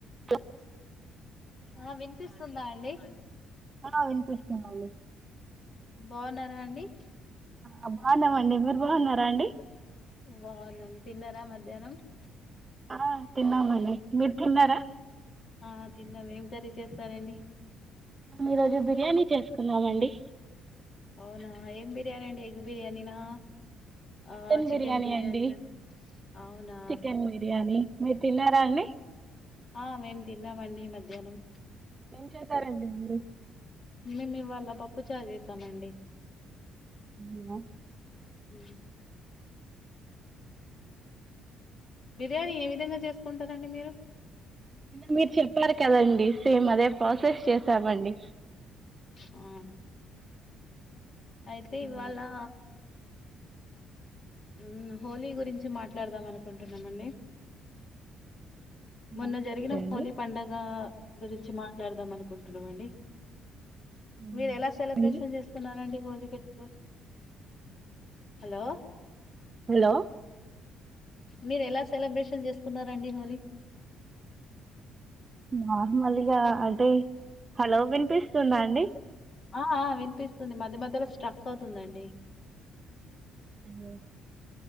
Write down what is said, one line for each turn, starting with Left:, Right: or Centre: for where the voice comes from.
Right: త్ల
Left: ఆ వినిపిస్తుందా అండి
Right: ఆ వినిపిస్తుందండి
Left: బావున్నారా అండి
Right: ఆ బావున్నామండి మీరు బావున్నారా అండి
Left: బావున్నాం. తిన్నారా మధ్యాహ్నం? !
Right: ఆ తిన్నామండి మీర్ తిన్నారా
Left: ఆ తిన్నాం‌. ఏం కర్రీ చేస్తారండి
Right: మేము ఈరోజు బిర్యానీ చేసుకున్నామండి.
Left: అవునా... ఏం బిర్యానీ అండి ఎగ్ బిర్యానీనా.
Right: చికెన్
Left: ఆ
Right: బిర్యానీ
Left: బిర్యానీనా
Right: అండి.
Left: అవునా
Right: చికెన్ బిర్యానీ. మీర్ తిన్నారా అండి
Left: ఆ మేమ్ తిన్నామండి మధ్యాహ్నం
Right: ఏం చేశారండి మీరు
Left: మేమ్ ఇవాళ పప్పు చారు చేసామండి
Right: అవునా
Left: హ్మ్ బిర్యానీ ఏ విధంగా చేసుకుంటారండి మీరు?
Right: మీర్ చెప్పార్కదండి సేమ్ అదే ప్రాసెస్ చేసామండి
Left: అవును అయితే ఇవాళా
Right: ఆ,
Left: హ్మ్ హోలీ గురించి మాట్లాడదాం అనుకుంటున్నామండి మొన్న
Right: ఆ,
Left: జరిగిన
Right: సరే అండి
Left: హోలీ పండగ గురించి మాట్లాడదాం అనుకుంటున్నామండి
Right: ఉమ్,
Left: మీరెలా
Right: చెప్పండి
Left: సెలబ్రేషన్ చేసుకున్నరండి వాలి ఫెస్టివల్ హలో
Right: హాలో
Left: మీరెలా స్ సెలబ్రేషన్ చేసుకున్నారు రండి హోలి
Right: నార్మల్గా అంటే హలో వినిపిస్తుందా అండి
Left: ఆ ఆ వినిపిస్తుంది మధ్య మధ్యలో స్టక్ అవుతుందండి
Right: అయ్యో